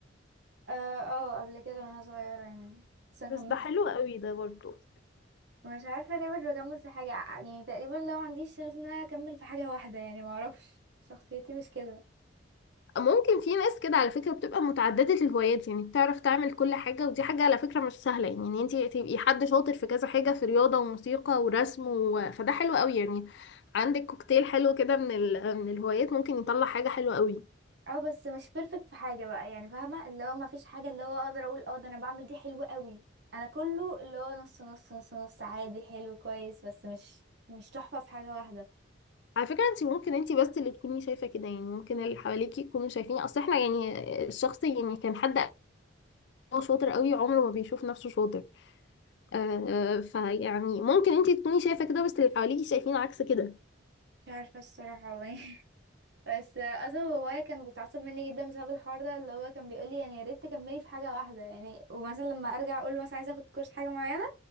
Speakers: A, on the right; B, on the left.
A: اه آه، قبل كده وانا صغيره يعني بس انا
B: بس
A: كملت
B: ده حلو قوي ده برضه
A: مش عارفه ليه مش بكمل في حاجه يعني تقريبا لو عنديش شغف ان انا اكمل في حاجه واحده يعني ما اعرفش شخصيتي مش كده
B: ممكن في ناس كده على فكرة بتبقى متعددة الهوايات يعني بتعرف تعمل كل حاجة ودي حاجة على فكرة مش سهلة يعني ان انتي تبقي حد شاطر في كذا حاجة في رياضة وموسيقى ورسم و... فده حلو قوي يعني عندك كوكتيل حلو كده من ال... من الهوايات ممكن يطلع حاجة حلوة قوي
A: اه بس مش بيرفكت في حاجه بقى يعني فاهمه اللي هو ما فيش حاجه اللي هو اقدر اقول اه ده انا بعمل دي حلوه قوي انا كله اللي هو نص نص نص نص عادي حلو كويس بس مش مش تحفه في حاجه واحده
B: على فكرة انتي ممكن انتي بس اللي تكوني شايفة كده يعني ممكن اللي حواليكي يكونوا شايفين اصل احنا يعني الشخص يعني كان حد هو شاطر قوي عمره ما بيشوف نفسه شاطر آه آه، فيعني ممكن انتي تكوني شايفة كده بس اللي حواليكي شايفين عكس كده
A: مش عارفه الصراحه هو ايه <laughs> بس اصلا بابايا كان بيتعصب مني جدا بسبب الحوار ده اللي هو كان بيقول لي يعني يا ريت تكملي في حاجه واحده يعني ومثلا لما ارجع اقول له مثلا عايزه اخد كورس حاجه معينه